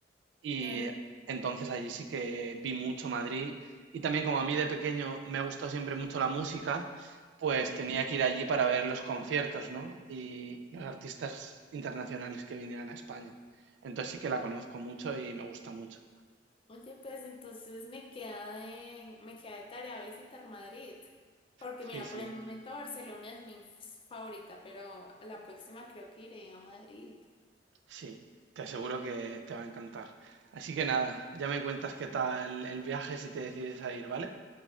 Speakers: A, on the right; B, on the left.
A: y
B: claro.
A: entonces allí sí que vi mucho Madrid. Y también como a mí de pequeño me ha gustado siempre mucho la música, pues
B: Mm.
A: tenía que ir allí para ver los conciertos, ¿no? Y los artistas internacionales que vinieran a España. Entonces sí que la conozco mucho y me gusta mucho.
B: Oye, pues entonces me queda de, me queda de tarea visitar Madrid. Porque
A: Sí,
B: mira,
A: sí.
B: por el momento Barcelona es mi favorita, pero a la próxima creo que iré a Madrid.
A: Sí, te aseguro que te va a encantar. Así que nada, ya me cuentas qué tal el viaje si te decides a ir, ¿vale?